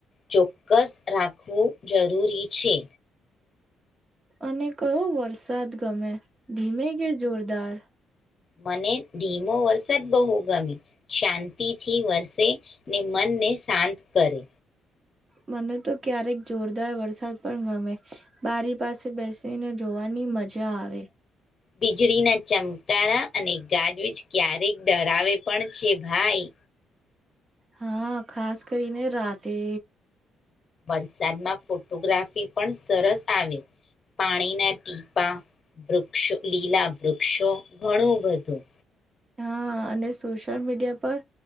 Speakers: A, on the left; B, on the right.
A: ચોક્કસ રાખવું જરૂરી છે.
B: અને કયો વરસાદ ગમે ધીમે કે જોરદાર.
A: મને ધીમો વરસા જ બહુ ગમે શાંતિથી વરસે ને મનને શાંત કરે.
B: મને તો ક્યારેક જોરદાર વરસાદ પણ ગમે બારી પાસે બેસીને જોવાની મજા આવે.
A: વીજળીના ચમકારા અને ગાજવીજ ક્યારેક ડરાવે પણ છે ભાઈ.
B: હા ખાસ કરીને રાતે.
A: વરસાદમાં ફોટોગ્રાફી પણ સરસ આવે પાણીના ટીપા વૃક્ષો લીલા વૃક્ષો ઘણું બધું.
B: હા અને સોશિયલ મીડિયા પર